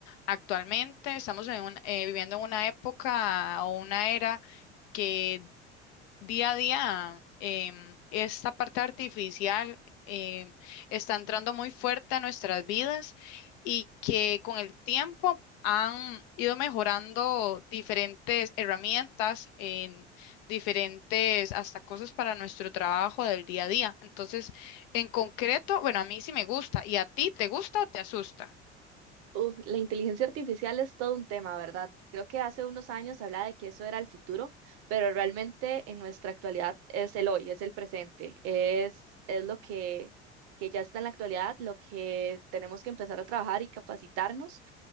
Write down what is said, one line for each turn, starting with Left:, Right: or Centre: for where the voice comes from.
Left: Actualmente estamos en un- eh, viviendo en una época o una era que día a día em, esta parte artificial em, está entrando muy fuerte a nuestras vidas y que con el tiempo han ido mejorando diferentes herramientas, en diferentes hasta cosas para nuestro trabajo del día a día. Entonces, en concreto, bueno, a mí sí me gusta. ¿Y a ti te gusta o te asusta?
Right: Uh, la inteligencia artificial es todo un tema, ¿verdad? Creo que hace unos años se hablaba de que eso era el futuro, pero realmente en nuestra actualidad es el hoy, es el presente, es, es lo que, que ya está en la actualidad, lo que tenemos que empezar a trabajar y capacitarnos